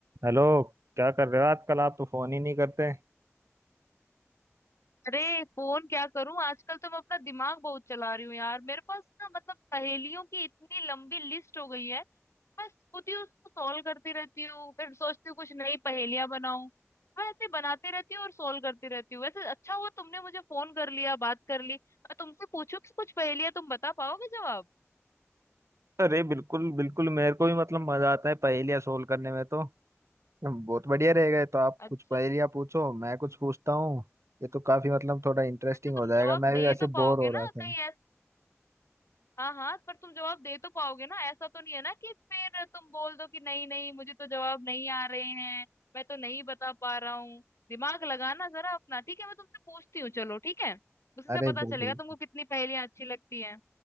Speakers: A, on the right; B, on the left.
A: हेलो क्या कर रहे हो आजकल आप तो फोन ही नहीं करते
B: अरे फोन क्या करूं आजकल तो मैं अपना दिमाग बहुत चला रही हूँ यार मेरे पास ना मतलब पहेलियों की इतनी लंबी लिस्ट हो गई है मैं खुद ही उसको सॉल्व करती रहती हूँ फिर सोचती हूँ कुछ नई पहेलियां बनाऊं मैं ऐसे बनाती रहती हूँ और सॉल्व करती रहती हूँ वैसे अच्छा हुआ तुमने मुझे फोन कर लिया बात कर ली मैं तुमसे पूछूं कि कुछ पहेलियां तुम बता पाओगे जवाब
A: अरे बिल्कुल बिल्कुल मेरे को भी मतलब मजा आता है पहेलियां सोल्व करने में तो बहुत बढ़िया रहेगा तो आप
B: अच्छा
A: कुछ पहेलियाँ
B: अच्छा
A: पूछो मैं कुछ पूछता हूँ ये तो काफी मतलब थोड़ा इंटरेस्टिंग
B: वैसे तुम
A: हो जाएगा
B: जवाब
A: मैं
B: दे
A: भी वैसे
B: तो पाओगे
A: बोर हो
B: ना
A: रहा था
B: कहीं हाँ हाँ पर तुम जवाब दे तो पाओगे ना ऐसा तो नहीं है ना कि फिर तुम बोल दो कि नहीं नहीं मुझे तो जवाब नहीं आ रहे हैं मैं तो नहीं बता पा रहा हूँ दिमाग लगाना जरा अपना ठीक है मैं तुमसे पूछती हूँ चलो ठीक है उससे
A: अरे
B: पता
A: बिल्कुल
B: चलेगा तुमको कितनी पहेलियां अच्छी लगती हैं